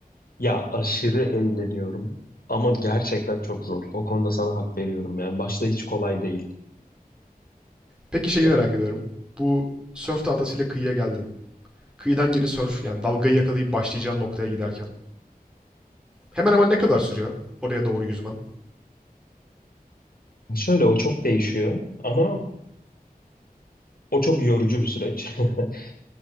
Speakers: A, on the left; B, in the centre.
A: Ya aşırı eğleniyorum ama gerçekten çok zor. O konuda sana hak veriyorum yani başta hiç kolay değil.
B: Peki şeyi
A: Ya
B: merak ediyorum. Bu surf tahtasıyla kıyıya geldin. Kıyıdan geri surf yani dalgayı yakalayıp başlayacağın noktaya giderken. Hemen hemen ne kadar sürüyor oraya doğru yüzmen?
A: şöyle o çok değişiyor ama o çok yorucu bir süreç. <laughs>